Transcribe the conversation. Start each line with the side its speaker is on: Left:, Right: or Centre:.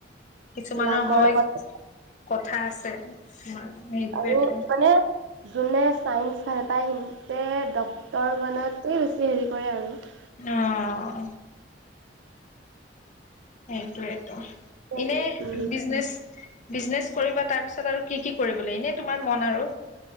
Left: কিছুমানৰ
Right: লাকৰ
Left: হয়।
Right: লগত
Left: কথা আছে তোমাৰ। সেইটোৱেতো
Right: আৰু মানে। যোনে ছাইন্স ভাল পায় সিতে ডক্তৰ বনাতে বেছি হেৰি কৰে আৰুৱ
Left: আহ সেইটোৱেই।
Right: উম।
Left: এনেই বিজনেছ। বিজনেচ কৰিবা তাৰ পিছত আৰু কি কি কৰিব লাগে এনেই তোমাৰ মন আৰু।